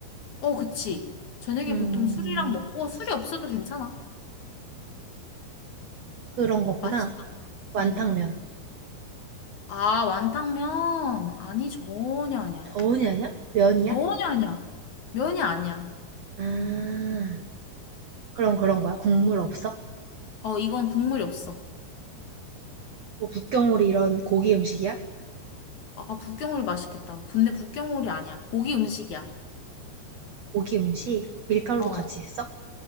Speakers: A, on the left; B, on the right.
A: 어, 그치. 저녁에
B: 음,
A: 보통 술이랑 먹고 술이 없어도 괜찮아.
B: 그런 거구나.
A: 맛있어.
B: 완탕면.
A: 음. 아, 완탕면? 아니, 전혀 아니야.
B: 저온이 아니야? 면이야?
A: 전혀 아니야. 면이 아니야.
B: 아, 그럼 그런 거야? 국물 없어?
A: 어, 이건 국물이 없어.
B: 뭐 북경오리 이런 고기 음식이야?
A: 아 북경오리 맛있겠다. 근데 북경오리 아니야. 고기 음식이야.
B: 고기 음식? 밀가루도
A: 어.
B: 같이 했어?